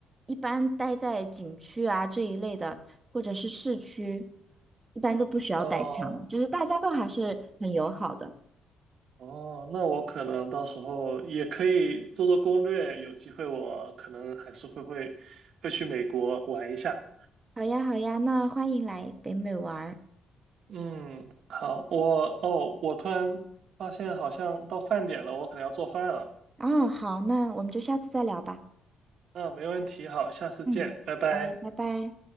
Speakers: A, on the right; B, on the right.
A: 一般待在景区啊这一类的，或者是市区，一般都不需要带枪，
B: 哦，
A: 就是大家都还是很友好的。
B: 哦，那我可能到时候也可以做做攻略，有机会我可能还是会会会去美国玩一下。
A: 好呀，好呀，那欢迎来北美玩儿。
B: 嗯，好，我哦，我突然发现好像到饭点了，我可能要做饭了。
A: 哦，好，那我们就下次再聊吧。
B: 嗯，没问题，好，下次见，
A: 嗯，
B: 拜拜。
A: 好嘞，拜拜。